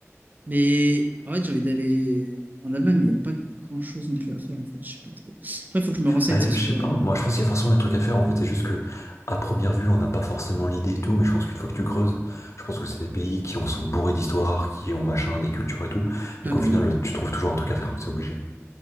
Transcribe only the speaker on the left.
Bah,
je sais pas,
moi je pense qu'il y a forcément des trucs à faire en fait, c'est juste que à première vue on n'a pas forcément l'idée et tout, mais je pense qu'une fois que tu creuses, je pense que c'est des pays qui en sont bourrés d'histoire, qui ont machin, des cultures et tout, et
qu'au
final
tu trouves toujours un truc à faire, c'est obligé,